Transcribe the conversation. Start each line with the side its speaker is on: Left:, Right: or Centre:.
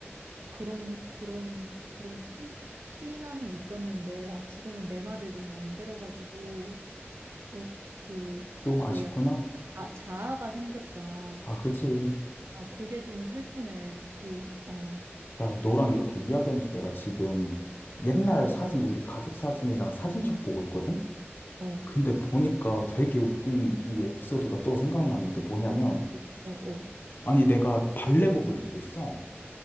Right: 막 그런 그런 그런 시 시인함이 있었는데 아 지금은 내 말을 너무 안 들어가지고 너그그
Left: 좀 아쉽구나.
Right: 약간 자, 자아가 생겼잖아.
Left: 아, 그치.
Right: 아, 그게 좀 슬프네. 그, 어,
Left: 야, 너랑 이렇게 이야기하면서 내가 지금 옛날
Right: 어,
Left: 사진, 우리 가족 사진이랑 사진첩 보고 있거든?
Right: 어,
Left: 근데
Right: 어,
Left: 보니까 되게 웃긴 이 에피소드가 또 생각났는데 뭐냐면,
Right: 어, 어, 어, 어,
Left: 아니, 내가 발레복을 입고 있어.